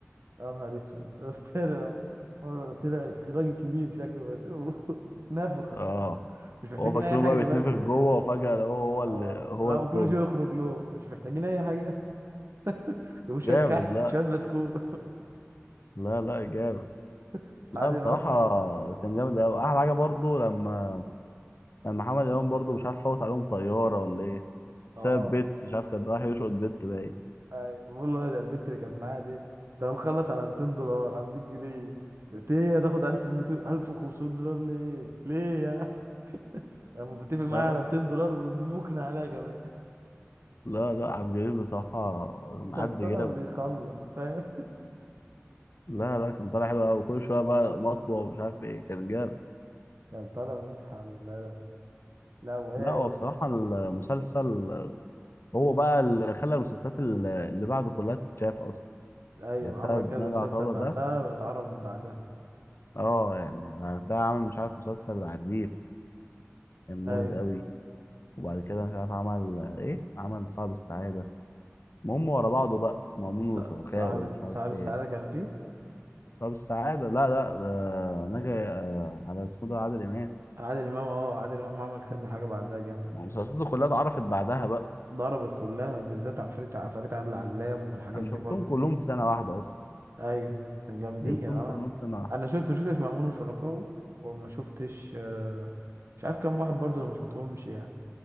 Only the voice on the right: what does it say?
يا نهار اسود <laughs> قلت له بقى، قال له ده طلع راجل كبير شكله بس <laughs> نافخ
مش محتاجين
اي حاجه
اجيبها
لكم
اه
لا
وكل شويه يخرج لهم مش محتاجين اي حاجه <laughs> جابوا شويه
كحك
شويه بسكوت
<laughs>
عادي
ما-
اه
اي بقول له ده البت اللي كانت معايا دي ده انا مخلص على 200 دولار على 200 جنيه قلت ايه هتاخد 1200 1500 دولار ليه ليه يا انا متفق معايا
على 200 دولار وممكن عليها كمان
<laughs> كان طالع
بيخلص فاهم
كان طالع مش حل لا لا وايه
و-
ايوه
عمل كذا
مسلسل
بعدها
اتعرف من بعدها
ايوه
ص-
صاحب
صاحب
السعاده كان فيه
عادل امام اه عادل امام عمل كذا حاجه بعدها جامد
ضربت كلها بالذات عفريت عفاريت عادل علام والحاجات
دي
برضه
ايوه كان جامدين
اه
انا شفت ما شفتش مأمون وشركاه وما شفتش آه، مش عارف كام واحد برضه انا ما شفتهمش يعني